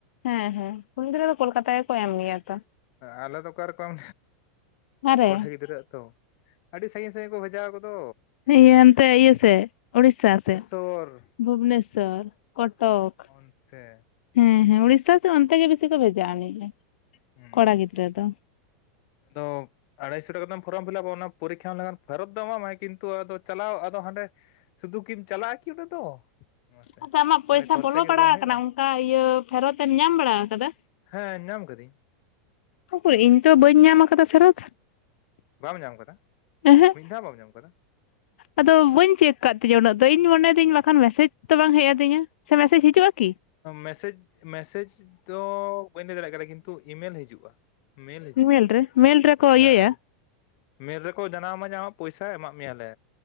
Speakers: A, on the left; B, on the left.
A: ᱦᱮᱸ ᱦᱮᱸ ᱠᱩᱲᱤ ᱜᱤᱫᱽᱨᱟᱹ ᱫᱚ ᱠᱚᱞᱠᱟᱛᱟ ᱜᱮᱠᱚ ᱮᱢ ᱜᱮᱭᱟ ᱛᱚ
B: ᱟᱞᱮ ᱫᱚ ᱚᱠᱟ ᱨᱚᱠᱚᱢ
A: ᱚᱠᱟᱨᱮ
B: ᱠᱚᱲᱟ ᱜᱤᱫᱽᱨᱟᱹ ᱛᱚ ᱟᱹᱰᱤ ᱥᱟᱺᱜᱤᱧ ᱥᱟᱺᱜᱤᱧ ᱠᱚ ᱵᱷᱮᱡᱟ ᱠᱚᱫᱚ
A: ᱤᱭᱟᱹ ᱚᱱᱛᱮ ᱤᱭᱟᱹ ᱥᱮ ᱩᱲᱤᱥᱥᱟ ᱥᱮᱫ
B: ᱛᱚᱨ
A: ᱵᱷᱩᱵᱱᱮᱥᱥᱚᱨ ᱠᱚᱴᱚᱠ
B: ᱚᱱᱛᱮ
A: ᱦᱮᱸ ᱦᱮᱸ ᱩᱲᱤᱥᱥᱟ ᱥᱮᱫ ᱚᱱᱛᱮ ᱜᱮ ᱵᱤᱥᱤ ᱠᱚ ᱵᱷᱮᱡᱟᱼᱟ ᱟᱹᱱᱤᱡ
B: ᱩ <unintelligible>
A: ᱠᱚᱲᱟ ᱜᱤᱫᱽᱨᱟᱹ ᱫᱚ
B: ᱟᱫᱚ ᱟᱲᱟᱭᱥᱚ ᱴᱟᱠᱟ ᱠᱟᱛᱮᱢ ᱯᱷᱚᱨᱚᱢ ᱯᱷᱤᱞᱟᱯᱚᱜ ᱚᱱᱟ ᱯᱚᱨᱤᱠᱷᱟ ᱞᱮᱠᱷᱟᱱ ᱯᱷᱮᱨᱚᱛ ᱫᱚᱟᱢ ᱠᱤᱱᱛᱩ ᱟᱫᱚ ᱪᱟᱞᱟᱣ ᱫᱚ ᱦᱟᱸᱰᱮ ᱥᱩᱫᱩ ᱠᱤᱢ ᱪᱟᱞᱟᱜᱼᱟ ᱠᱤ ᱚᱸᱰᱮ ᱫᱚ ᱢᱟᱥᱮ
A: ᱟᱪᱪᱷᱟ ᱟᱢᱟᱜ ᱯᱚᱭᱥᱟ
B: ᱦᱟᱸᱰᱮ ᱠᱷᱚᱨᱪᱟ
A: ᱵᱚᱞᱚ
B: ᱜᱮ
A: ᱵᱟᱲᱟᱣ
B: ᱵᱟᱝ ᱦᱩᱭᱩᱜᱼᱟ
A: ᱠᱟᱱᱟ ᱚᱱᱠᱟ ᱤᱭᱟᱹ ᱯᱷᱮᱨᱚᱛ ᱮᱢ ᱧᱟᱢ ᱵᱟᱲᱟᱣ ᱠᱟᱫᱟ
B: ᱦᱮᱸ ᱧᱟᱢ ᱠᱟᱹᱫᱟᱹᱧ
A: ᱩᱠᱩᱨ ᱤᱧ ᱛᱚ ᱵᱟᱹᱧ ᱧᱟᱢ ᱟᱠᱟᱫᱟ ᱯᱷᱮᱨᱚᱛ
B: ᱵᱟᱢ ᱧᱟᱢ ᱟᱠᱟᱫᱟ
A: ᱮᱦᱮᱸᱜ
B: ᱢᱤᱫ ᱫᱷᱟᱣ ᱵᱟᱢ ᱧᱟᱢ ᱟᱠᱟᱫᱟ
A: ᱟᱫᱚ ᱵᱟᱹᱧ ᱪᱮᱠ ᱠᱟᱫ ᱛᱤᱧᱟᱹ ᱩᱱᱟᱹᱜ ᱫᱚ ᱤᱧ ᱢᱚᱱᱮᱭᱫᱤᱧ ᱵᱟᱠᱷᱟᱱ ᱢᱮᱥᱮᱡᱽ ᱛᱚ ᱵᱟᱝ ᱦᱮᱡ ᱟᱹᱫᱤᱧᱟ ᱥᱮ ᱢᱮᱥᱮᱡᱽ ᱦᱤᱡᱩᱜᱼᱟ ᱠᱤ
B: ᱢᱮᱥᱮᱡᱽ ᱢᱮᱥᱮᱡᱽ ᱫᱚ ᱵᱟᱹᱧ ᱞᱟᱹᱭ ᱫᱟᱲᱮᱭᱟᱜ ᱠᱟᱱᱟ ᱠᱤᱱᱛᱩ ᱤᱼᱢᱮᱞ ᱦᱤᱡᱩᱜᱼᱟ ᱢᱮᱞ ᱦᱤᱡᱩᱜᱼᱟ
A: ᱤᱢᱮᱞᱨᱮ ᱢᱮᱞᱨᱮᱠᱚ
B: ᱦᱮᱸ
A: ᱤᱭᱟᱹᱭᱟ
B: ᱢᱮᱞ ᱨᱮᱠᱚ ᱡᱟᱱᱟᱣ ᱟᱢᱟ ᱡᱮ ᱟᱢᱟᱜ ᱯᱚᱭᱥᱟ ᱮᱢᱟᱜ ᱢᱮᱭᱟᱞᱮ